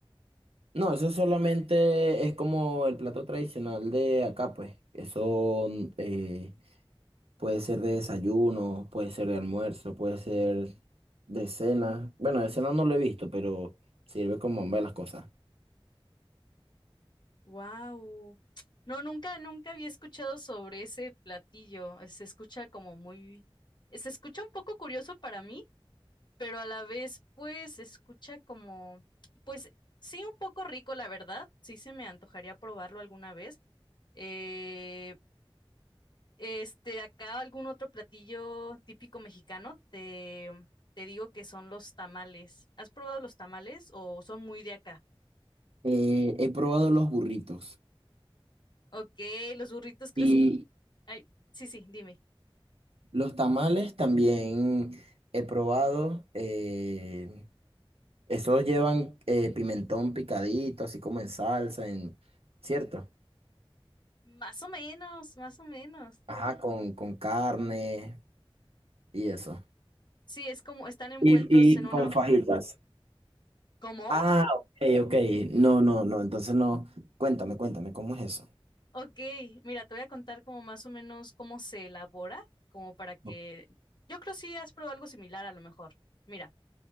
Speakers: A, on the right (about 85°); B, on the left (about 50°).
A: No, eso solamente es como el plato tradicional de acá, pues. Eso eh, Puede ser de desayuno, puede ser de almuerzo, puede ser de cena. Bueno, de cena no lo he visto, pero sirve como ambas las cosas.
B: Wow. No, nunca, nunca había escuchado sobre ese platillo. Se escucha como muy, se escucha un poco curioso para mí, pero a la vez, pues, se escucha como, pues, sí, un poco rico, la verdad. Sí, se me antojaría probarlo alguna vez. Eh, este, acá algún otro platillo típico mexicano, te, te digo que son los tamales. ¿Has probado los tamales o son muy de acá?
A: Eh, he probado los burritos
B: Ok, los burritos, ¿crees?
A: y
B: Ay, sí, sí, dime.
A: los tamales también he probado. eh, esos llevan eh, pimentón picadito, así como en salsa, en, ¿cierto?
B: Más o menos, más o menos.
A: Ajá, con, con carne y eso.
B: Sí, es como están envueltos
A: Y, y
B: en una
A: con
B: hoja.
A: fajitas.
B: ¿Cómo?
A: Ah, ok, ok. No, no, no. Entonces no. Cuéntame, cuéntame, ¿cómo es eso?
B: Ok, mira, te voy a contar como más o menos cómo se elabora, como para que...
A: O-
B: Yo creo si has probado algo similar a lo mejor. Mira,